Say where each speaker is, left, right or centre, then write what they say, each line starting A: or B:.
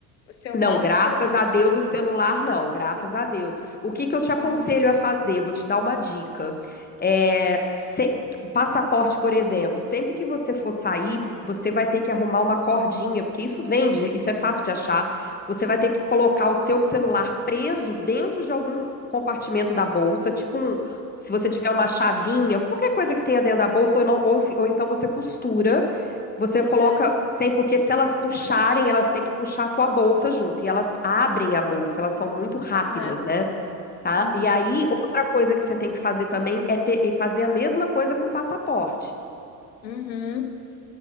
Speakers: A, on the left (about 80°); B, on the left (about 20°).
A: O celular
B: Não, graças
A: ficou,
B: a Deus o celular
A: graças
B: não, graças
A: a Deus.
B: a Deus. O que que eu te
A: Uhum.
B: aconselho a fazer? Vou te dar uma dica. É, se- passaporte, por exemplo, sempre que você for sair, você vai ter que arrumar uma cordinha, porque isso vende, isso é fácil de achar. Você vai ter que colocar o seu celular preso dentro de algum compartimento da bolsa, tipo um, se você tiver uma chavinha, qualquer coisa que tenha dentro da bolsa, ou, não- ou se- ou então você costura. Você coloca
A: Aham,
B: sem, porque se elas puxarem, elas têm que puxar a tua bolsa junto. E elas abrem a bolsa, elas são muito rápidas,
A: aham,
B: né? Tá?
A: uhum,
B: E aí, outra coisa que você tem que fazer também é ter, e fazer a mesma coisa com o passaporte.
A: uhum.